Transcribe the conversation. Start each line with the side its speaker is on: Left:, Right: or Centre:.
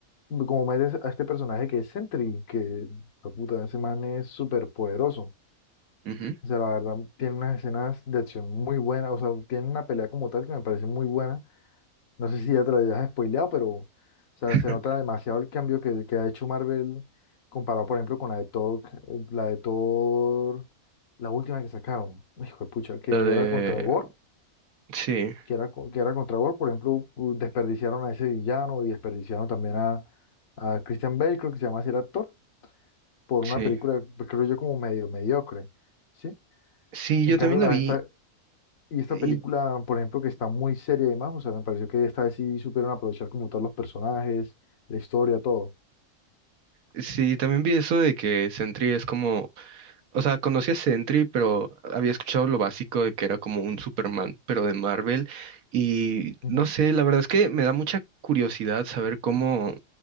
Left: como metes a este personaje que es Sentry, que, la puta, ese man es súper poderoso.
Right: Ujú.
Left: O sea, la verdad, tiene unas escenas de acción muy buenas, o sea, tiene una pelea como tal que me parece muy buena No sé si ya te lo hayas spoileado, pero o sea,
Right: <laughs>
Left: se nota demasiado el cambio que, que ha hecho Marvel comparado, por ejemplo, con la de Thor, eh, la de Thor, la última que sacaron, hijo de pucha, que
Right: La de...
Left: era contra Gore,
Right: Sí,
Left: que era, co- que era contra Gore, por ejemplo, u- desperdiciaron a ese villano y desperdiciaron también a, a Christian Bale, creo que se llama así el actor, por
Right: sí.
Left: una película, pues, creo yo, como medio mediocre, ¿sí?
Right: Sí,
Left: En
Right: yo
Left: cambio,
Right: también la vi.
Left: a esta, Y esta
Right: Y
Left: película, por ejemplo, que está muy seria y demás, o sea, me pareció que esta vez sí supieron aprovechar como todos los personajes, la historia, todo.
Right: sí, también vi eso de que Sentry es como O sea, conocí a Sentry, pero había escuchado lo básico de que era como un Superman, pero de Marvel. Y
Left: Ujú,
Right: no sé, la verdad es que me da mucha curiosidad saber cómo,